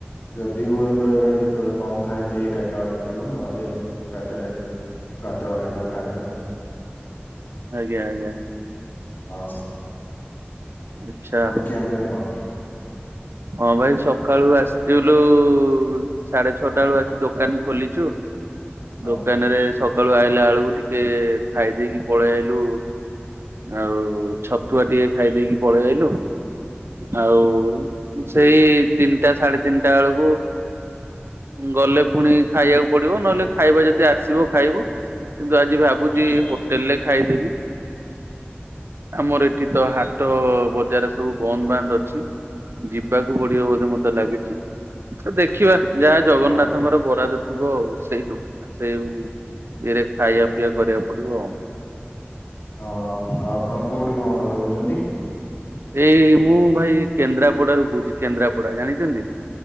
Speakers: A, on the left; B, on the right.
A: ଯଦି ହୁଏ ବେଳେ ବେଳେ କେତେବେଳେ। କଁ ଖାଇଥିବି ଏଗାରଟା ବାରଟା ଆଡକୁ ନହେଲେ ଏକାଥରେ ଗାଧୁଆବେଳେ ଯାହା ଖାଇବି ଆଉ
B: ଆଜ୍ଞା ଆଜ୍ଞା
A: ଅଁ।
B: ଆଚ୍ଛା
A: ଖିଆ ପିଆ କଣ?
B: ହଁ ଭାଇ ସକାଳୁ ଆସଥିଲୁ। ଉ ସାଢେ ଛଅଟା ବେଳୁ ଆସି ଦୋକାନ ଖୋଲିଛୁ
A: ହଁ
B: ଦୋକାନେରେ ସକାଳୁ ଆଇଲା ବେଳୁକୁ ଟିକେ ଖାଇ ଦେଇକି ପଳେଇ ଆଇଲୁ ଆଉ ଛତୁଆ ଟିକେ ଖାଇ ଦେଇକି ପଳେଇ ଆଇଲୁ। ଆଉ ସେଇ ତିନଟା ସାଢେ ତିନଟା ବେଳକୁ। ଗଲେ ପୁଣି ଖାଇବାକୁ ପଡିବ ନହେଲେ ଖାଇବା ଯଦି ଆସିବ ଖାଇବୁ। କିନ୍ତୁ ଆଜି ଭାବୁଚି
A: ଆଚ୍ଛା
B: ହୋଟେଲ ରେ ଖାଇଦେବି। ଆମର ଏଠି ତ ହାଟ ବଜାର ସବୁ ବନ୍ଦ ବାନ୍ଦ ଅଛି। ଯିବାକୁ ପଡିବ ବୋଧେ ମତେ ଲାଗିଛି, ତ ଦେଖିବା ଯାହା ଜଗନ୍ନାଥଙ୍କର
A: ଓ
B: ବରାଦ। ଥିବ ଆଉ ସେଇଠୁ ସେଇ ଇଏରେ ଖାଇଆ ପିଇଆ କରିବାକୁ ପଡିବ ଆଉ।
A: ହଁ ହଁ ଆପଣ କୋଉଠି କଣ ରହୁଛନ୍ତି?
B: ଏଇ ମୁଁ ଭାଇ କେନ୍ଦ୍ରାପଡାରୁ କହୁଚି କେନ୍ଦ୍ରାପଡା ଜାଣିଛନ୍ତି?